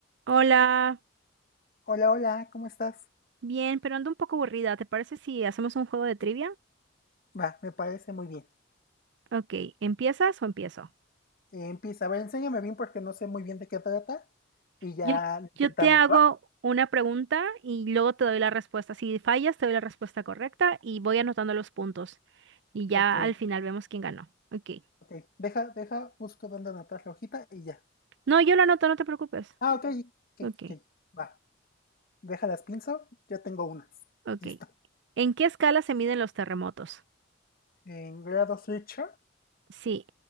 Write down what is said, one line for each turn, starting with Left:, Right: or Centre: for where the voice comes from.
Right: Hola,
Left: Hola, hola, ¿cómo estás?
Right: bien, pero ando un poco aburrida. ¿Te parece si hacemos un juego de trivia?
Left: Va, me parece muy bien.
Right: Ok, ¿empiezas o empiezo?
Left: Eh, empieza, a ver, enséñame bien porque no sé muy bien de qué trata y ya
Right: Yo,
Left: lo intentamos,
Right: yo te hago
Left: ¿va?
Right: una pregunta y luego te doy la respuesta. Si fallas, te doy la respuesta correcta y voy anotando los puntos. Y ya
Left: Ok,
Right: al final vemos quién ganó. Ok.
Left: ok. Deja, deja, busco dónde anotar la hojita y ya.
Right: No, yo lo anoto, no te preocupes.
Left: Ah, ok, ok,
Right: Ok,
Left: ok. Va, déjalas pinzo, ya tengo unas.
Right: ok.
Left: Listo.
Right: ¿En qué escala se miden los terremotos?
Left: En grado Switcher,
Right: Sí,